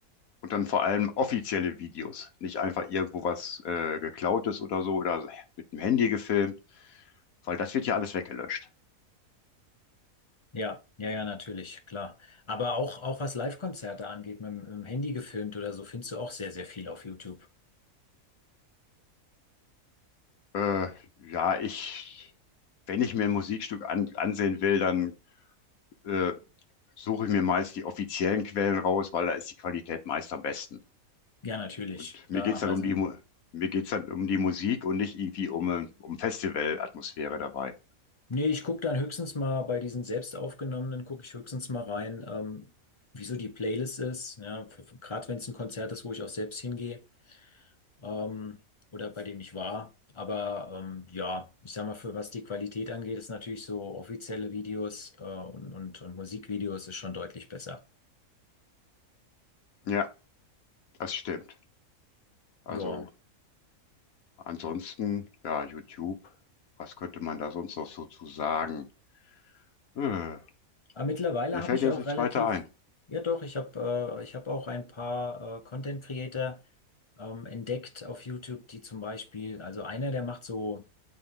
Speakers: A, on the left; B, on the left.
A: Und dann vor allem offizielle Videos, nicht einfach irgendwo was äh, geklautes oder so oder mit dem Handy gefilmt, weil das wird ja alles weggelöscht.
B: Ja, ja, ja, natürlich, klar. Aber auch, auch was Live-Konzerte angeht, mit, dem- mit dem Handy gefilmt oder so, findest du auch sehr, sehr viel auf YouTube.
A: Äh, ja, ich, wenn ich mir ein Musikstück an, ansehen will, dann äh, suche ich mir meist die offiziellen Quellen raus, weil da ist die Qualität meist am besten.
B: Ja, natürlich,
A: Und
B: klar,
A: mir geht's dann
B: also.
A: um die, Mu- mir geht's dann um die Musik und nicht irgendwie um, äh, um Festivalatmosphäre dabei.
B: Nee, ich gucke dann höchstens mal bei diesen selbst aufgenommenen, gucke ich höchstens mal rein, ähm, wieso die Playlist ist, ja, gerade wenn es ein Konzert ist, wo ich auch selbst hingehe. ähm, oder bei dem ich war. Aber ähm, ja, ich sag mal, für was die Qualität angeht, ist natürlich so offizielle Videos äh, und, und, und Musikvideos ist schon deutlich besser.
A: Ja, das stimmt.
B: Ja.
A: Also ansonsten, ja, YouTube, was könnte man da sonst noch so zu sagen? Äh,
B: Aber mittlerweile
A: mir
B: habe
A: fällt
B: ich
A: jetzt
B: auch
A: nichts
B: relativ,
A: weiter ein.
B: ja doch, ich habe äh, ich habe auch ein paar äh, Content Creator ähm, entdeckt auf YouTube, die zum Beispiel, also einer, der macht so,